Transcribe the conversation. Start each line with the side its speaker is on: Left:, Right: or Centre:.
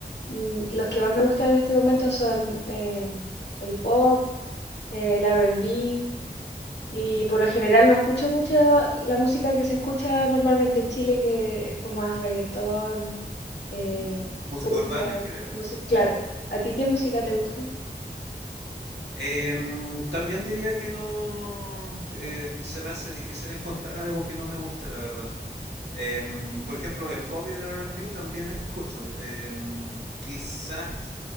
Left: mm, los que más me gustan en este momento son eh, el pop, el R&B, Y por lo general no escucho mucha la música que se escucha normalmente en Chile, que es como más reggaetón, eh,
Right: M- Música
Left: cumbia,
Right: urbana en general.
Left: música, claro. ¿A ti qué música te gusta?
Right: Em, también diría que no eh, se me hace difícil encontrar algo que no me guste, la verdad. Em, por ejemplo, el pop y el R&B también escucho. Em, quizás